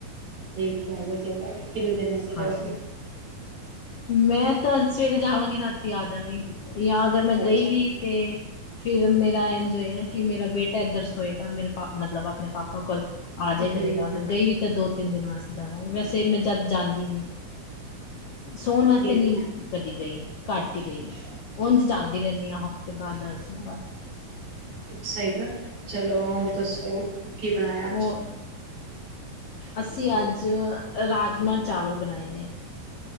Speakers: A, on the right; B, on the left.
A: ਠੀਕ ਕਹ ਰਹੇ ਹੋ। ਕਿੰਨੇ ਦਿਨ ਵਾਸਤੇ ਜਾਓਗੇ।
B: ਹਾਂਜੀ ਮੈਂ ਤਾਂ ਸਵੇਰੇ ਜਾਵਾਂਗੀ ਰਾਤੀ ਆ ਜਾਂਗੀ। ਯਾਂ ਅਗਰ ਮੈਂ
A: ਅੱਛਾ
B: ਗਈ ਵੀ ਤੇ ਫਿਰ ਮੇਰਾ ਕਿ ਮੇਰਾ ਬੇਟਾ ਇੱਧਰ ਸੋਏਗਾ ਮੇਰੇ ਪਾਪ ਆਪਣੇ ਪਾਪਾ ਕੋਲ ਆਜੇ ਕਰੇਗਾ
A: ਹੂੰ
B: ਅੱਗੇ ਗਈ ਵੀ ਤਾਂ ਦੋ ਤਿੰਨ ਦਿਨ ਵਾਸਤੇ। ਜਾਵਾਂ ਵੈਸੇ ਮੈਂ ਜਾਦਾ ਜਾਂਦੀ ਨੀ। ਸੋਣ ਵਾਸਤੇ
A: ਠੀਕ
B: ਨੀ ਮ ਕਦੀ ਗਈ ਘੱਟ ਹੀ ਗਈ ਉੰਝ ਜਾਂਦੀ ਰਹਿੰਦੀ ਹਾਂ। ਦੀ ਆ ਹਫ਼ਤੇ ਬਾਦ, ਦਸ ਦਿਨ ਬਾਦ।
A: ਸਈ ਗੱਲ ਐ, ਚਲੋ ਹੋਰ ਦੱਸੋ?
B: ਹਾਂਜੀ,
A: ਕੀ ਬਨਾਇਆ
B: ਉਹ
A: ਅੱਜ?
B: ਅਸੀਂ ਅੱਜ ਰਾਜਮਾਂ-ਚਾਵਲ ਬਨਾਏ ਨੇ।